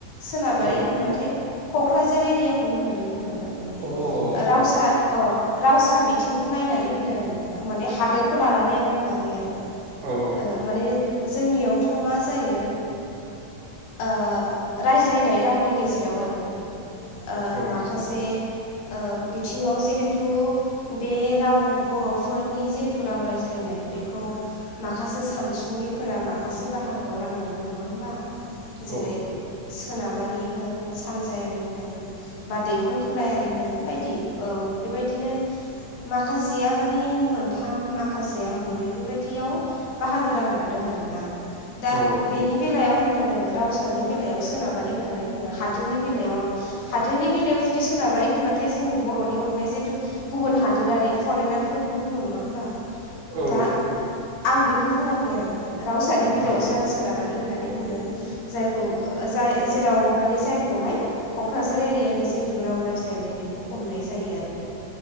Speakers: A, on the left (about 65°); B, on the right (about 70°).
A: सोनाबारि
B: औ
A: होनबाथाय क'क्राझार एरियाखौ होननानै बुङो। होगोन आरो माने
B: अ
A: रावसा
B: अ अ
A: अ। रावसा बिथिंखौ नायनानै होनदों आङो माने हादोरखौ लानानै आं बुङाखै आरो।
B: औ
A: ओ माने जोंनियावथ' मा जायो। ओ रायज्लायनाय रावनि गेजेराव आरो। ओ
B: औ
A: माखासे। ओ बिथिङाव जिहेतु बे राव बर'फोरनि जिहेतु राव रायज्लायनाय। नाय बेखौ माखा खासे सानसुमैफोरा माखासे बाहागोआव रानलांदों नङा होमबा जेरै
B: औ
A: सोनाबारि होन सानजायारि होन बा दैखं खोलायारि होन बायदि ओ बेबायदिनो माखासेया माने मोनथाम माखासेया मोनब्रै बेबायदियाव बाहागो रानलांदों आरोना दा
B: औ
A: बेनि बेलायाव होन होनदों आङो रावसानि बेलायाव सोनाबारि होन्नानै बुंदों हादोरनि बेलायाव आं हादोरनि बेलायाव जुदि सोनाब बारि होनबाथाय जोङो बर'नि अनगायै जेथु गुबुन हादोरारि फरेनारफोरखौ बुङो नङा होमबा
B: औ
A: दा आं बे खौ बुङाखै आरो रावसानि बेलायावसो
B: औ
A: आं सोनाबारि होननानै बुंदों जायखौ जा ओ राव माने जायखौहाय क'क्राझार एरियानि जेतु राव रायज्लायनाय बेखौ हमनाय जायो आरो